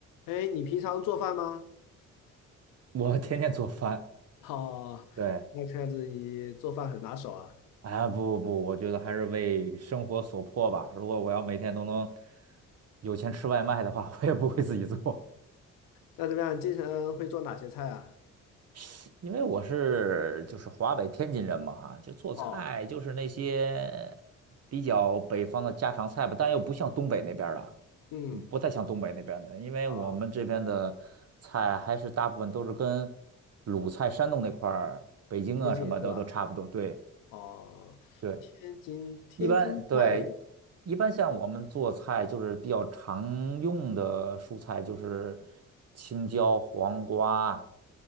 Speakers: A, on the left; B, on the right.
A: 哎，你平常做饭吗？
B: 我天天做饭，
A: <laughs> 好，
B: 对，
A: 那看样子你做饭很拿手啊。
B: 啊，不不不，我觉得还是为生活所迫吧。如果我要每天都能有钱吃外卖的话，<laughs> 我也不会自己做，
A: 那怎么样？经常会做哪些菜啊？
B: <laughs> 因为我是就是华北天津人嘛，哈，就做菜就是那些
A: 哦，
B: 比较北方的家常菜吧，但又不像东北那边儿的，
A: 嗯，
B: 不太像东北那边的，因为我们这边的菜还是大部分都是跟
A: 啊，
B: 鲁菜、山东那块儿、北京啊什么的都差不多，
A: 接近是吧？
B: 对
A: 哦，
B: 对。
A: 天津天津菜有，
B: 一般对，一般像我们做菜就是比较常用的蔬菜就是青椒、黄瓜，